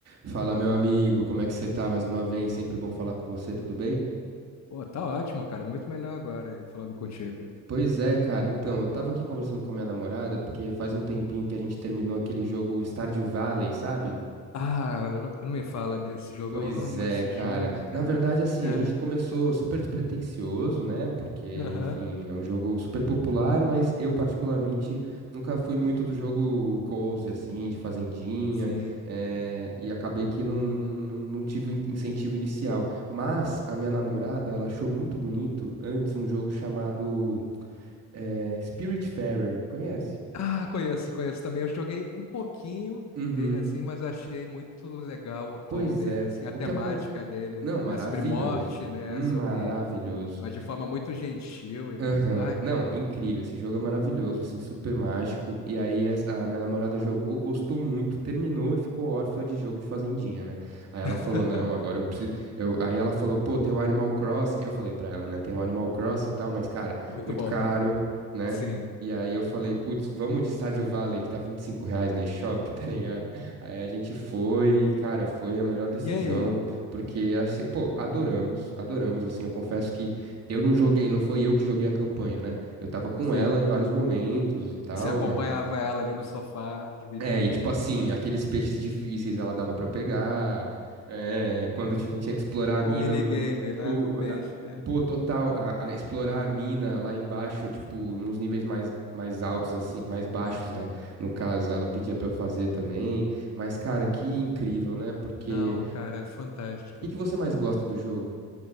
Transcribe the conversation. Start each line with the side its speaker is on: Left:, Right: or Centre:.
Right: Fala, meu amigo, como é que você tá? Mais uma vez, sempre bom falar com você, tudo bem?
Left: Pô, tá ótimo, cara. Muito melhor agora, eh, falando contigo.
Right: Pois é, cara, então, eu tava aqui conversando com a minha namorada, porque faz um tempinho que a gente terminou aquele jogo Stardew Valley, sabe?
Left: Ah, não não me fala desse jogo.
Right: Pois
Left: Eu amo
Right: é,
Left: esse
Right: cara.
Left: jogo, cara.
Right: Na verdade, assim,
Left: Cara,
Right: a gente começou super despretensioso, né? Porque,
Left: aham,
Right: enfim, é um jogo super popular, mas eu, particularmente, nunca fui muito do jogo cozy, assim, de fazendinha,
Left: sim.
Right: eh, e acabei que não, não, não, não tive o incentivo inicial. Mas a minha namorada, ela achou muito bonito antes um jogo chamado eh, Spiritfarer. Conhece?
Left: Ah, conheço, conheço também. Eu joguei um pouquinho
Right: Uhum.
Left: dele assim, mas eu achei muito legal o tom
Right: Pois
Left: dele,
Right: é.
Left: assim, a
Right: O
Left: temática
Right: que acon...
Left: dele,
Right: Não, maravilhoso.
Left: né? Sobre morte, né?
Right: Hum,
Left: Sobre.
Right: Maravilhoso.
Left: Mas de forma muito gentil e
Right: Aham.
Left: muito. Ai,
Right: Não,
Left: cara.
Right: incrível. Esse jogo é maravilhoso, assim, super mágico. E aí es- a minha namorada jogou, gostou muito, terminou e ficou órfã de jogo de fazendinha, né? Aí ela
Left: <laughs>
Right: falou: "Não, agora eu preciso". Eu... Aí ela falou: "Pô, tem o Animal Crossing". Eu falei pra ela, né? Tem o Animal Crossing e tal, mas cara,
Left: Muito
Right: muito
Left: bom
Right: caro,
Left: também.
Right: né?
Left: Sim.
Right: E aí eu falei: "Putz, vamos de Stardew Valley, que tá 25 reais na eShop, <laughs> tá ligado?". Aí a gente foi e, cara, foi a melhor decisão,
Left: E aí?
Right: porque assim, pô, adoramos, adoramos assim. Eu confesso que eu não joguei, não foi eu que joguei a campanha, né? Eu tava com
Left: Sim.
Right: ela em vários momentos e tal,
Left: Você acompanhava
Right: mas.
Left: ela ali no sofá, dividindo.
Right: É, e tipo assim, aqueles peixes difíceis ela dava pra eu pegar. É, quando eu tive- tinha que explorar a mina
Left: O minigame,
Right: no.
Left: né,
Right: o-
Left: do peixe.
Right: o- a-
Left: É,
Right: pô, total, a, a
Left: é,
Right: explorar a mina lá embaixo, tipo,
Left: sim,
Right: nos níveis mais, mais altos, assim, mais baixos,
Left: sim.
Right: né? No caso, ela pedia pra eu fazer também. Mas, cara, que incrível, né? Porque.
Left: Não, cara, é fantástico.
Right: O que que você mais gosta do jogo?